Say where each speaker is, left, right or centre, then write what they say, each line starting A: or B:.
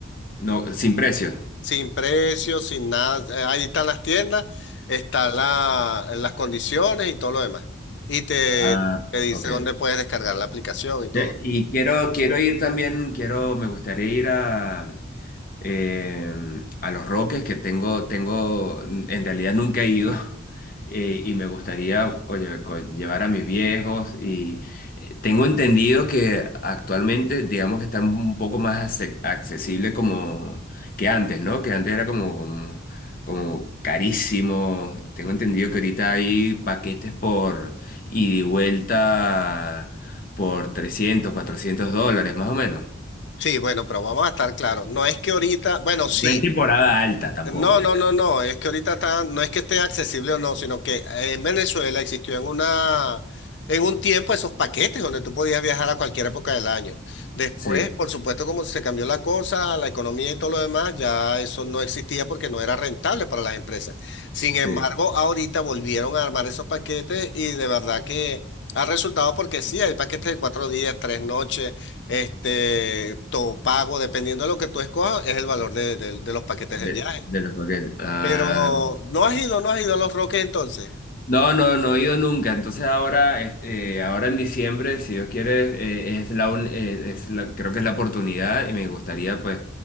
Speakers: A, on the left; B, on the left.
A: No, sin precio.
B: sin precios, sin nada. Eh, ahí están las tiendas, están la- las condiciones y todo lo demás. Y te,
A: Ah,
B: te dice
A: ok.
B: dónde puedes descargar la aplicación y todo.
A: Ya,
B: lo-
A: Y quiero, quiero ir también, quiero, me gustaría ir a, eh, a Los Roques, que tengo, tengo, en realidad nunca he ido, <laughs> eh, y me gustaría, oye, co- llevar a mis viejos, y eh, tengo entendido que actualmente, digamos que están un poco más ace- accesible como que antes, ¿no? Que antes era como, como, como carísimo, tengo entendido que ahorita hay paquetes por ida y vuelta por 300 400 dólares, más o menos.
B: Sí, bueno, pero vamos a estar claros. No es que ahorita, bueno, sí.
A: No en temporada alta tampoco.
B: No, no, no, no, es que ahorita está, no es que esté accesible o no, sino que en Venezuela existió en una, en un tiempo esos paquetes donde tú podías viajar a cualquier época del año. Después,
A: Sí,
B: por supuesto, como se cambió la cosa, la economía y todo lo demás, ya eso no existía porque no era rentable para las empresas. Sin embargo,
A: sí,
B: ahorita volvieron a armar esos paquetes y de verdad que ha resultado porque sí, hay paquetes de cuatro días, tres noches, este, todo pago, dependiendo de lo que tú escojas, es el valor de de- de los paquetes
A: de,
B: de viaje.
A: de los paquetes. Ah,
B: Pero no has ido, no has ido a Los Roques entonces.
A: No, no, no he ido nunca. Entonces ahora, este, eh, ahora en diciembre, si Dios quiere, eh, es la, un- eh, es la- creo que es la oportunidad y me gustaría pues